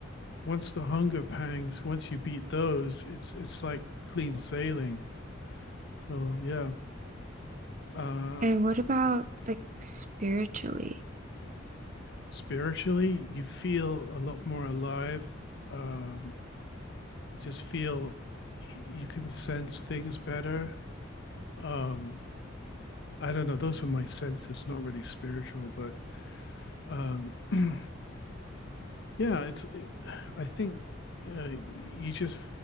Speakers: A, on the left; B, on the right.
A: once the hunger pangs, once you beat those, it's it's like clean sailing. So yeah, uh,
B: And what about like spiritually?
A: spiritually, you feel a lot more alive. Um, you just feel you can sense things better. Um, I don't know. Those are my senses, not really spiritual, but um, <clears throat> yeah it's it, i think uh, you just